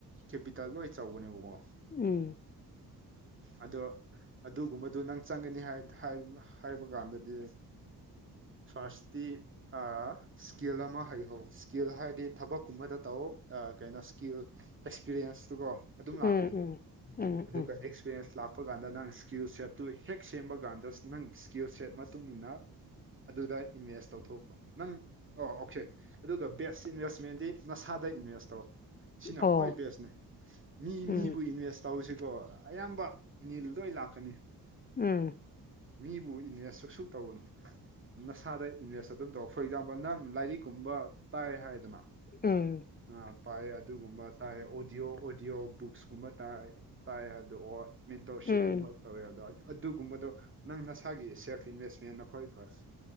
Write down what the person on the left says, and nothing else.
ꯎꯪ
ꯎꯝ
ꯎꯝ ꯎꯝ
ꯎꯝ
ꯑꯣ
ꯎꯝ
INAUDIBLE
ꯎꯪ
ꯎꯝ